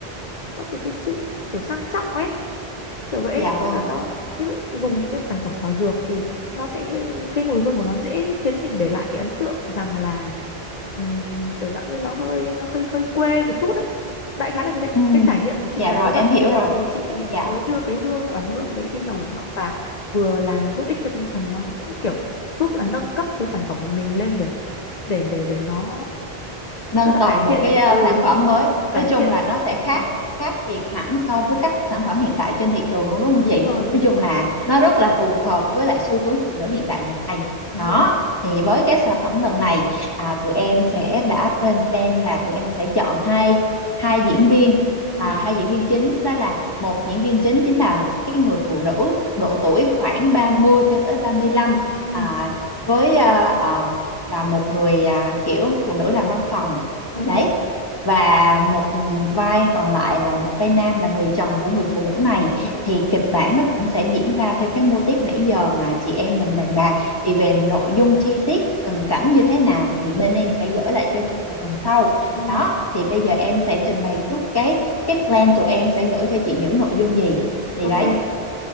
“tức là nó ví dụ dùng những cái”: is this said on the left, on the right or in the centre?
Left